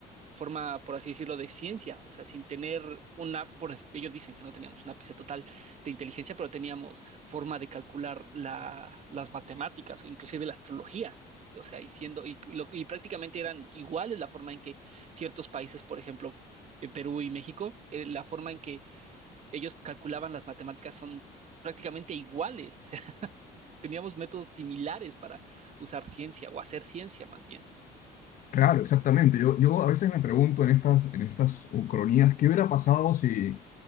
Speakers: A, on the right; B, on the left.
A: forma, por así decirlo, de ciencia, o sea, sin tener una, por, así- ellos dicen que no teníamos un ápice total de inteligencia, pero teníamos forma de calcular la, las matemáticas, o inclusive la astrología. O sea, y siendo, y, lo- y prácticamente eran iguales la forma en que ciertos países, por ejemplo, eh, Perú y México, eh, la forma en que ellos calculaban las matemáticas son prácticamente iguales. O sea, <laughs> teníamos métodos similares para usar ciencia o hacer ciencia más bien.
B: Claro, exactamente. Yo, yo a veces me pregunto en estas, en estas uh, cronías, ¿qué hubiera pasado si,